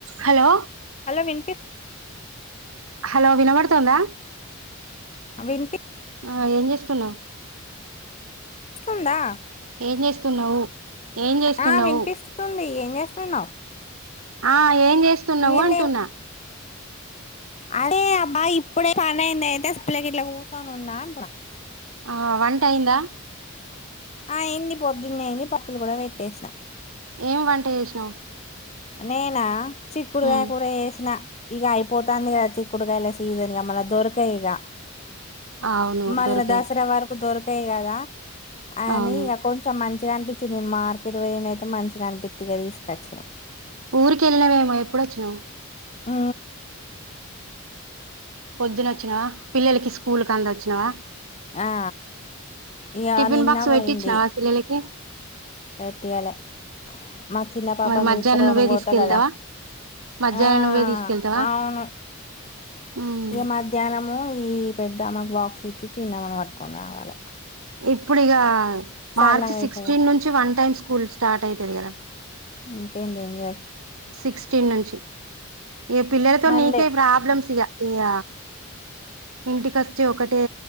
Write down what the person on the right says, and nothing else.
Hello
hello వినపడుతోందా
ఆ ఏం చేస్తున్నావు
ఏం చేస్తున్నావు ఏం చేస్తున్నావు
హా ఏం చేస్తున్నావు
అంటున్నా
ఆ వంట అయిందా
ఏం వంట చేసినావు
ఉమ్
అవును
దొరికాయి
అవును
ఊరికి వెళ్ళినావేమో ఎప్పుడు వచ్చినవు్
పొద్దున వచ్చినవా పిల్లలకి స్కూల్ కి అందొచ్చినవా
టిఫిన్
బాక్స్
పెట్టించినావా పిల్లలకి
మరి మధ్యాహ్నం
నువ్వే
తీసుకెళ్తావా
మధ్యాహ్నం
నువ్వే తీసుకెళ్తావా
ఉమ్
ఇప్పుడు ఇగ
మార్చ్ సిక్స్టీన్
నుంచి వన్ టైమ్స్ స్కూల్ స్టార్ట్ అయితది కదా
సిక్స్టీన్ నుంచి ఈ పిల్లలతో
నీకే ప్రాబ్లమ్స్ ఇగ ఇగ ఇంటికిొచ్చి ఒకటే